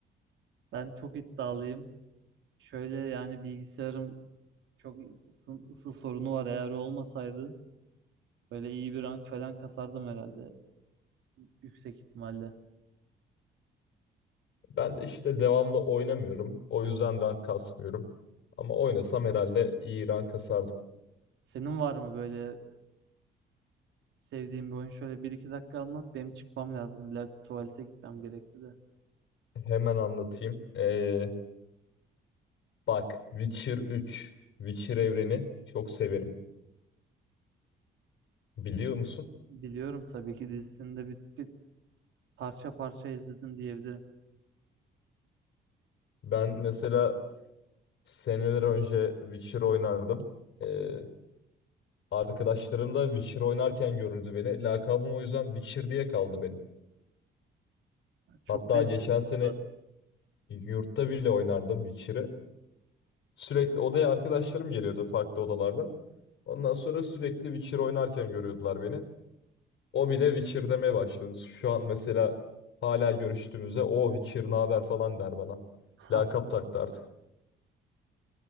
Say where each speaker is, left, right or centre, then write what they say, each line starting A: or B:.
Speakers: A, on the right; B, on the left.
A: Ben çok iddialıyım. Şöyle yani bilgisayarım çok ısı, ısı sorunu var. Eğer olmasaydı böyle iyi bir rank falan kasardım herhalde. Yüksek ihtimalle.
B: Ben de işte devamlı oynamıyorum. O yüzden rank kasmıyorum. Ama oynasam herhalde iyi rank kasardım.
A: Senin var mı böyle Sevdiğim bir oyun şöyle bir iki dakika anlat. Benim çıkmam lazım. İlla tuvalete gitmem gerekti de.
B: Hemen anlatayım. Ee, bak Witcher 3, Witcher evreni çok severim. Biliyor musun?
A: Biliyorum tabii ki dizisini de bir, bir parça parça izledim diyebilirim.
B: Ben mesela seneler önce Witcher oynardım. Ee, arkadaşlarım da Witcher oynarken görürdü beni. Lakabım o yüzden Witcher diye kaldı benim.
A: Çok
B: Hatta
A: benziyorsunuz
B: geçen sene
A: zaten.
B: yurtta bile oynardım Witcher'ı. Sürekli odaya arkadaşlarım geliyordu farklı odalardan. Ondan sonra sürekli Witcher oynarken görüyordular beni. O bile Witcher demeye başladı. Şu an mesela hala görüştüğümüzde o Witcher ne haber falan der bana.
A: Ha,
B: Lakap taktı artık.